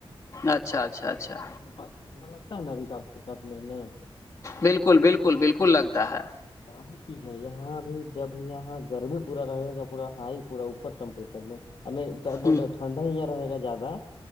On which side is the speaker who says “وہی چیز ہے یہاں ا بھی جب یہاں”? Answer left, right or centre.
Left